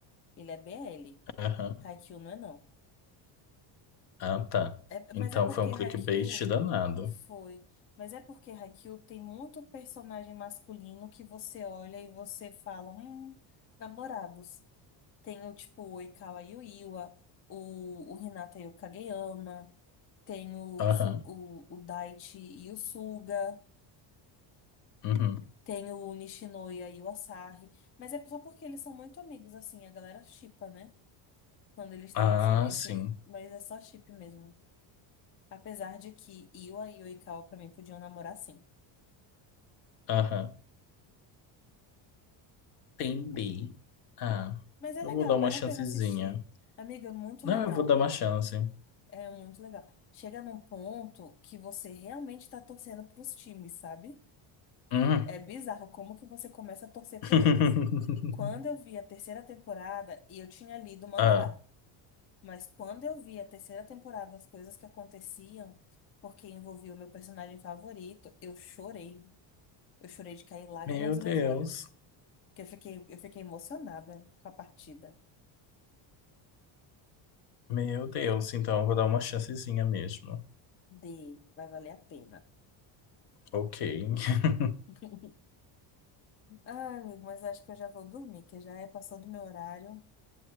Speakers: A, on the left; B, on the left.
A: Ele é BL.
B: Aham.
A: Haikyuu não é, não.
B: Ah, tá.
A: É, mas
B: Então
A: é porque
B: foi um clickbait
A: Haikyuu.
B: danado.
A: Foi. Mas é porque Haikyuu tem muito personagem masculino que você olha e você fala, hum, namorados. Tem o tipo o Oikawa Yuiwa, o, o Hinata e o Kageyama, tem o,
B: Aham.
A: Su- o, o Daichi e o Suga,
B: Uhum.
A: tem o Nishinoya e o Asahi. Mas é só porque eles são muito amigos, assim, a galera shippa, né? Quando eles
B: Ah,
A: têm esse, esse...
B: sim.
A: Mas é só chip mesmo. Apesar de que Iwa e Oikawa, pra mim, podiam namorar sim.
B: Aham. Entendi. Ah,
A: Mas é
B: eu
A: legal,
B: vou dar uma
A: vale
B: chancezinha.
A: a pena assistir. Amiga, é muito
B: Não,
A: legal.
B: eu vou dar uma chance.
A: É muito legal. Chega num ponto que você realmente tá torcendo pros times, sabe?
B: Uhum.
A: É bizarro como que você começa a torcer por
B: <laughs>
A: eles. Quando eu vi a terceira temporada, e eu tinha lido o mangá,
B: Ah,
A: mas quando eu vi a terceira temporada, as coisas que aconteciam, porque envolvia o meu personagem favorito, eu chorei. Eu chorei de cair lágrima
B: meu
A: dos
B: Deus.
A: meus olhos. Porque eu fiquei, eu fiquei emocionada com a partida
B: Meu Deus, então eu vou dar uma chancezinha mesmo.
A: de Vai Valer a Pena.
B: Ok. <laughs>
A: <laughs> Ai, amigo, mas acho que eu já vou dormir, que já é passou do meu horário.